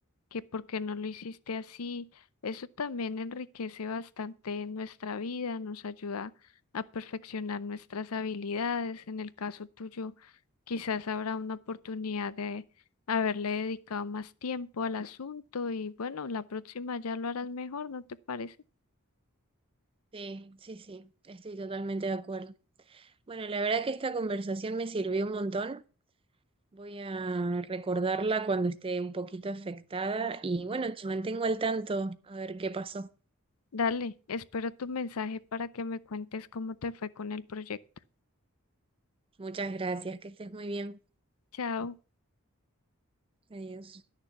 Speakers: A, on the left; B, on the right.
A: que por qué no lo hiciste así, eso también enriquece bastante nuestra vida, nos ayuda a perfeccionar nuestras habilidades. En el caso tuyo, quizás habrá una oportunidad de haberle dedicado más tiempo al asunto y bueno, la próxima ya lo harás mejor, ¿no te parece?
B: Sí, sí, sí, estoy totalmente de acuerdo. Bueno, la verdad que esta conversación me sirvió un montón. Voy a recordarla cuando esté un poquito afectada y bueno, te mantengo al tanto a ver qué pasó.
A: Dale, espero tu mensaje para que me cuentes cómo te fue con el proyecto.
B: Muchas gracias, que estés muy bien.
A: Chao.
B: Adiós.